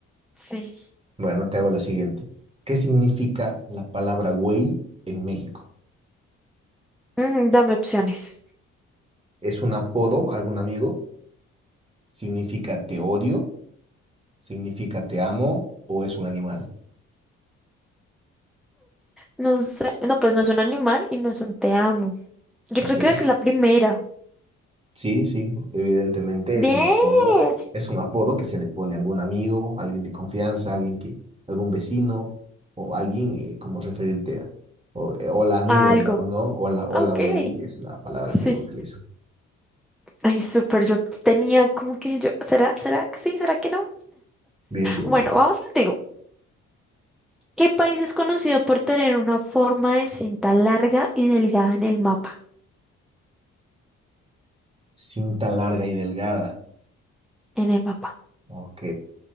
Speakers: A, in the centre; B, on the right.
A: Sí.
B: Bueno, te hago la siguiente. ¿Qué significa la palabra güey en México?
A: Mm, dame opciones.
B: ¿Es un apodo, a algún amigo? ¿Significa te odio? ¿Significa te amo? ¿O es un animal?
A: No sé. No, pues no es un animal y no es un te amo. Yo
B: Ok.
A: creo que es la primera.
B: Sí, sí, evidentemente
A: Bien.
B: es un apodo. Es un apodo que se le pone a algún amigo, alguien de confianza, alguien que, algún vecino o alguien eh, como referirte a. O, eh, hola amigo,
A: Algo.
B: digamos, ¿no? Hola, hola
A: Ok.
B: güey es la palabra
A: Sí.
B: que lo utilizan.
A: Ay, súper. Yo tenía como que yo. ¿Será? ¿Será que sí? ¿Será que no?
B: Bien, bien,
A: Bueno,
B: bien.
A: vamos contigo. ¿Qué país es conocido por tener una forma de cinta larga y delgada en el mapa?
B: Cinta larga y delgada.
A: En el mapa.
B: Ok.